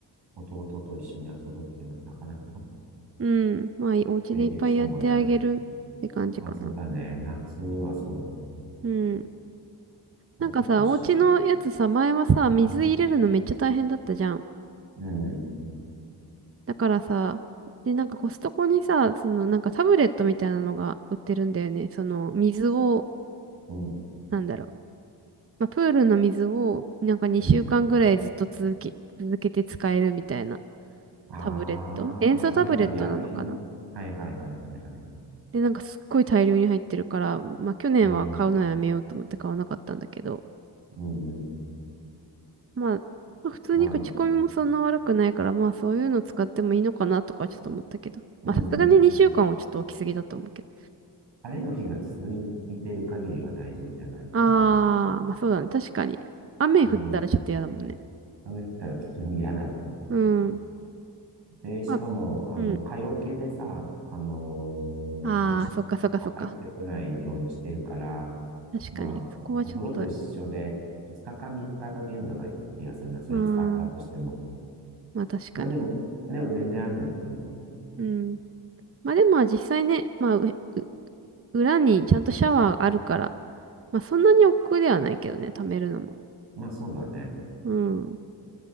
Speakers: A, on the right; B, on the right.
A: 弟と一緒に遊ぶっていうのはなかなか発
B: うん。まあ、お家でいっぱいやってあげるって感じかな。
A: 生できそうもないね。まあそうだね。夏はそうだね。
B: うん。
A: まあ、
B: なんかさ、
A: 今年、
B: お家のやつさ、前はさ、水入れるのめっちゃ大変だったじゃん。
A: うん、うん、
B: だからさ、で、なんかコストコにさ、そのなんかタブレットみたいなのが売ってるんだよね。その水を、
A: うん、
B: なんだろう。まあ、プールの水をなんか2週間ぐらいずっと続き、
A: うん。
B: 続けて使えるみたいな
A: ああ、
B: タブレット。塩素タブレットなのかな
A: なんか薬品。はいはいはいはいはいはい。
B: で、なんかすっごい大量に入ってるから、まあ去年は買うのやめようと思って買わなかったんだけど、
A: うん、うん、うん。
B: まあ、まあ普通に口コミもそんな悪くないから、
A: まあ、う
B: まあそういうの使ってもいいのかなとかちょっと思ったけど、まあさすがに2週間はちょっと置きすぎだと思うけど。
A: ん。晴れの日が続いてる限りは大丈夫じゃないかな。
B: あー、まあそうだね。確かに。雨降ったらちょっと嫌だもんね。
A: うん。雨降ったら普通に嫌だね。
B: うん。
A: で、しかも、
B: まあ、
A: あの、
B: うん。
A: 蚊よけでさ、あのー虫、
B: あー、そっかそっかそっか。
A: あ入ってこないようにしてるから、
B: 確かに。
A: まあ、
B: そこはちょっと、
A: お風呂と一緒で、
B: あ
A: 2日か3日が限度だ気がするな。それ使ったとしても。
B: ー、まあ確かに。
A: まあでも、でも全然ありだと思うな。
B: うん。まあでもまあ実際ね、まあう裏にちゃんとシャワーあるから、まあそんなに億劫ではないけどね、貯めるのも。
A: まあそうだね。
B: うん。